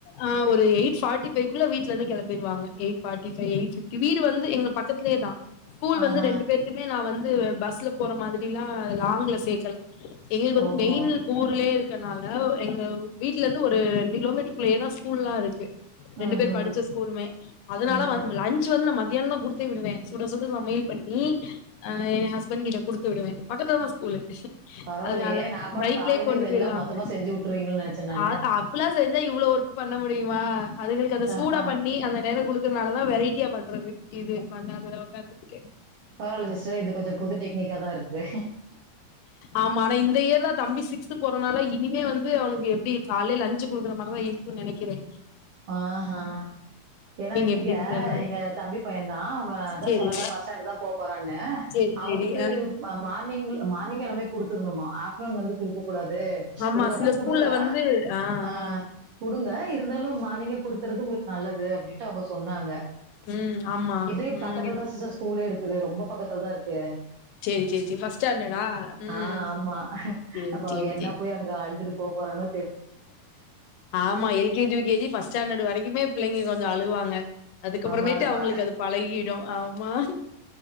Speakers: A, on the left; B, on the right.
A: அ ஒரு எய்ட் ஃபார்டிஃ பைவ் குள்ள வீட்லேந்து கிளம்பிருவாங்க எயிட்ஃப்டிஃபை் எய்ட் ஃபிப்டி வீடு வந்து எங்க பக்கத்லேதா ஸ்கூல்
B: ஆஹா
A: வந்து ரெண்டு பேர்த்துமே நா வந்து பஸ்ல போற மாதுரிலா லாங்ல சேக்கல எங்ளுக் வந்து
B: ஓஹோ
A: மெயின் ஊர்லே இருக்கனால எங்க வீட்லேர்ந்து ஒரு ரெண்டு கிலோமீட் டுகுள்யேதா ஸ்கூல்லா இருக்கு ரெண்டு
B: ம்
A: பேர்
B: ம்
A: படிச்ச ஸ்கூலுமே அதுனால
B: ம்
A: வந் லன் ச் வந்து நா மத்தியானந்தா குடுத்தே விடுவ சுட சுட சமயல் பண்ணி அ ஏ ஹஸ்பண்ட கிட்ட குடுத்து விடுவ பக்கத்துலதா ஸ்கூலு
B: பரவாயில்லையே
A: அதுனால
B: நான் கூட
A: பைக்லே
B: காலையில
A: கொண்டு பெய்ருவாங்க
B: எல்லாம் மொத்தமா செஞ்சு விட்டுருவீங்கன்னு நினைச்சேன் நானு
A: அ அப்பிலா செஞ் இவ்ளோ ஒர்க் பண்ண முடியுமா அதுங்களுக்கு அத சூடா
B: அதான்
A: பண் நீ அந்த நேர குலுக்குறனாலதா வெரைட்டியா பண்றது இது உக்காந்து அந்த அதுல ஒக்காந்து கே
B: பரவால்ல சிஸ்டர் இது கொஞ்ச புது டெக்னிக்காதா இருக்குது
A: ஆமா ஆனா இந்த இயர் தா தம்பி சிக்ஸ்து போறனால இனிமே வந்து அவுனுக்கு எப்டி கால்லே லன்ச்சு குடுக்குற மா அதா இருக்கு நெனக்கிறே
B: ஆ ஹ ஏனா இங்க
A: எப்டின்னு தெர்ல
B: எங்க தம்பி பைய தா அவ அதா
A: சேரி
B: சொன்னல பஸ் ஸ்டாண்ட் தா போ போறான்னு
A: சேரி
B: அவுனுக்கு
A: சேரி ஆ
B: மார்னிங் மார்னிங் எல்லாமே குடுத்துர்னுமா ஆஃப் ட்நூன் வந்து குடுக்க கூடாது
A: ஆமா
B: கூடுக்கற்னா
A: சில
B: கூடுங்க
A: ஸ்கூல்ல வந்து ஆ ஆ
B: அ குடுங்க இருந்தாலு மார்னிங்கே குடுத்தற்து உங்குளுக்கு நல்லது அப்டின்ட்டு அவுங்க சொன்னாங்க
A: ம் ஆமா
B: இதுயு
A: ம்
B: பக்கத்துல தா சச்ச ஸ்கூலே இருக்குது ரொம்ப பக்கத்துல தா இருக்கு
A: சேரி சேரி சேரி ஃபஸ் ஸ்டாண்டடா ம்
B: ஆ ஆமா.
A: சேரி
B: அப்ப
A: சேரி
B: அவ என்ன
A: சேரி
B: போய் அங்க அழுதுட்டு போப்போறானோ
A: ஆமா எல்கேஜி யுகேஜி ஃபஸ் ஸ்டாண்டர் வரக்குமே பிள்ளைங்க கொஞ்ச அழவாங்க அதுக்கப்புறமேட்டு
B: ஆமா
A: அவுங்களுக்கு
B: பா
A: அது பழகிடு ஆமா